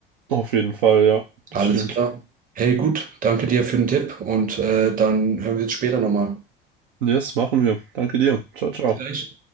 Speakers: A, on the right; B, on the right.
A: auf jeden Fall, ja, das
B: Alles
A: stimmt.
B: klar. Hey, gut, danke dir für den Tipp und äh, dann hören wir uns später nochmal.
A: Yes, machen wir. Danke dir. Ciao, ciao.
B: Bis gleich.